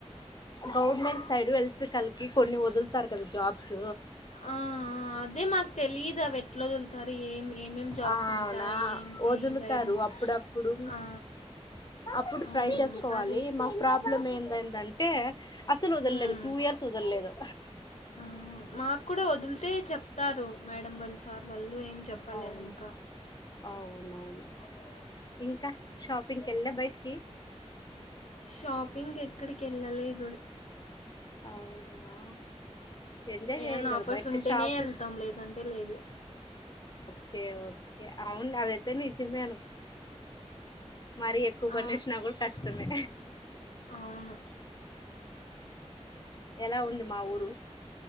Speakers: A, on the left; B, on the left.
A: గవర్నమెంట్ సైడ్ ఎలక్ట్రికల్ కి కొన్ని వదులుతారు కదా జాబ్స్
B: ఆ ఆ అదే మాకు తెలిదు అవి ఎట్లా వదులుతారు ఏం ఏమేమి జాబ్స్
A: ఆ
B: ఉంటాయి
A: అవునా
B: ఏంటి
A: వదులుతారు
B: గైడెన్స్
A: అప్పుడప్పుడు
B: ఆ
A: అప్పుడు ట్రై
B: మ్,
A: చేసుకోవాలి
B: అదే
A: మాకు ప్రాబ్లం ఏంద ఏందంటే అసలు వదలలేదు
B: మ్.
A: టూ ఇయర్స్ వదలలేదు
B: ఆ! మాకు కూడా వదిలితే చెప్తారు మేడం వాళ్ళు సారు ఏం చెప్లే
A: అవును
B: ఇంకా
A: అవునవును ఇంకా షాపింగ్కి వెళ్ళ బయటికి
B: షాపింగ్ ఎక్కడికి వెళ్ళలేదు
A: అవునా ఎంజాయ్
B: ఏమన్నా
A: చేయాలి కదా
B: ఆఫర్స్
A: బయటకి
B: ఉంటేనే
A: షాప్
B: వెళ్తాం లేదంటే లేదు
A: ఓకే ఓకే అవును అదైతే నిజమే మరి ఎక్కువ
B: ఆ!
A: పనిచేసిన కూడా కష్టమే
B: అవును.
A: ఎలా ఉంది మా ఊరు